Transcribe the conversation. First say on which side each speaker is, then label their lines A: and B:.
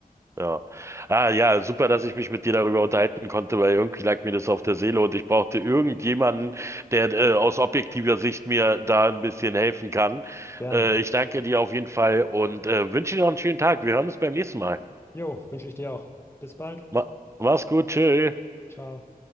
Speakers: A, on the right; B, on the left.
A: Ja. Ah ja, super, dass ich mich mit dir darüber unterhalten konnte, weil irgendwie lag mir das auf der Seele und ich brauchte irgendjemanden, der äh, aus objektiver Sicht mir da ein bisschen helfen kann.
B: Gerne.
A: Äh, ich danke dir auf jeden Fall und äh, wünsche dir noch einen schönen Tag. Wir hören uns beim nächsten Mal.
B: Jo, wünsche ich dir auch. Bis bald.
A: Ma mach's gut, tschö.
B: Ciao.